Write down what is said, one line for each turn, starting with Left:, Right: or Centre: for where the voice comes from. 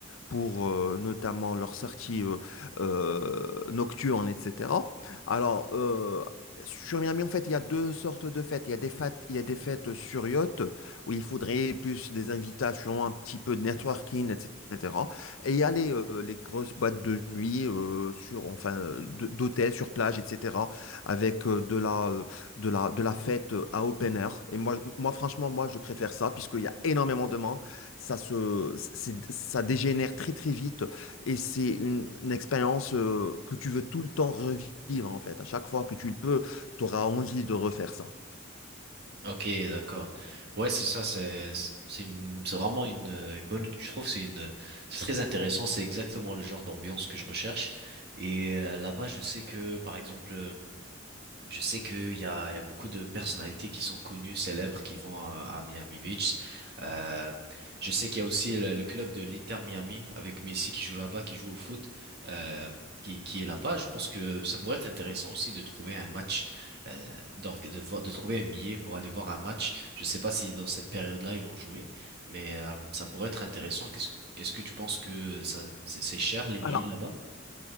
Left: pour euh, notamment leurs sorties euh, euh, nocturnes, etc. Alors, euh, sur Miami, en fait, il y a deux sortes de fêtes. Il y a des fêtes, il y a des fêtes sur yacht, où il faudrait plus des invitations, un petit peu de networking, etc. Et il y a les, euh, les grosses boîtes de nuit, euh, sur, enfin, euh, d- d'hôtels, sur plage, etc., avec euh, de la, euh, de la, de la fête euh, à open air. Et moi, je- moi, franchement, moi, je préfère ça, puisqu'il y a énormément de monde ça se, c'est- ça dégénère très très vite et c'est une, une expérience euh, que tu veux tout le temps revivre en fait. À chaque fois que tu le peux, tu auras envie de refaire ça.
Right: Ok, d'accord. Ouais, c'est ça. C'est c'est une- c'est vraiment une, euh, une bonne. Je trouve c'est une c'est très intéressant. C'est exactement le genre d'ambiance que je recherche. Et euh, là-bas, je sais que par exemple. euh, Je sais qu'il y a, il y a beaucoup de personnalités qui sont connues, célèbres, qui vont à, à Miami Beach. Euh, je sais qu'il y a aussi le, le club de l'Inter Miami avec Messi qui joue là-bas, qui joue au foot, euh, qui, qui est là-bas. Je pense que ça pourrait être intéressant aussi de trouver un match, euh, d'orga- de, voir- de trouver un billet pour aller voir un match. Je sais pas si dans cette période-là ils vont jouer, mais euh, ça pourrait être intéressant. Qu'est-ce, est-ce que tu penses que ça, c'est c'est cher les billets
Left: Alors,
Right: là-bas?